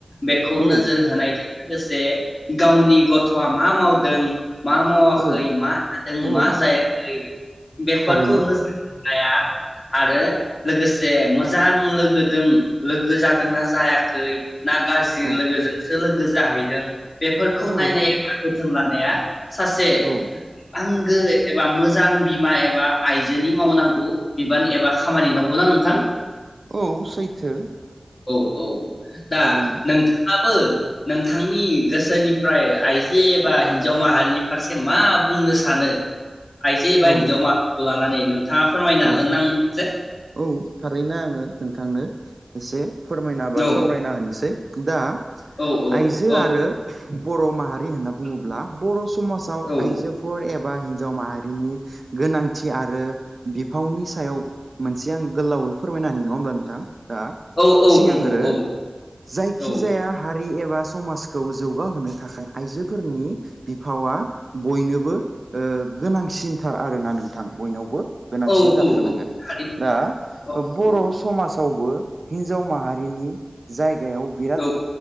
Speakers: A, on the left; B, on the right.
A: बेखौ
B: औ
A: नोजोर होनाय लोगोसे गावनि गथआ मा मावदों मा मावाखै
B: औ
A: मा जादों
B: औ
A: मा जायाखै बेफो
B: थारैनो
A: खौ नोजोर होनाया आरो लोगोसे मोजां लोगोजों लोगो जादोंना जायाखै ना गाज्रि
B: औ
A: लोगोजों सो लोगो जाहैदों बेफोरखौ
B: औ
A: नायनाय एबा जोथोन लानाया सासे
B: औ
A: आं गो एबा मोजां बिमा एबा आइजोनि मावनांगौ बिबान एबा खामानि नंगौनाा नोंथां?
B: औ सैथो
A: औ औ दा
B: थारैनो
A: नोंथाङाबो नोंथांनि गोसोनिफ्राय आइजो एबा हिनजाव माहारिनि फारसे मा बुंनो सानो? आइजो एबा
B: औ
A: हिनजाव मा लानानै थाङा फोरमायनो
B: औ
A: हागोन ना आंनो एसे
B: औ थारैनो आङो नोंथांनो एसे फोरमायना बा
A: औ
B: सावरायना होनोसै दा
A: औ
B: आइजो
A: औ
B: आरो बर माहारि होनना बुङोब्ला बर समाजाव
A: औ
B: आइजोफोर ए बा हिनजाव माहारिनि गोनांथि आरो बिफावनि सायाव मोनसे आं गोलावै फोरमायना है नङा होमब्ला नोंथां दा
A: औ औ
B: सिगांग्रो
A: नंगौ औ
B: जायखि
A: औ
B: जाया हारि एबा समाजखौ जौगाहोनो थाखाय आइजोफोरनि बिफावा बयनोबो गोनांसिनथार आरोना नोंथां बयनावबो गोनांसिन
A: औ
B: जाथारनांगोन।
A: औ औ थारैनो
B: दा
A: औ
B: बर'
A: औ
B: समाज सावबो हिनजाव माहारिनि जाय जायगायाव बिराद
A: औ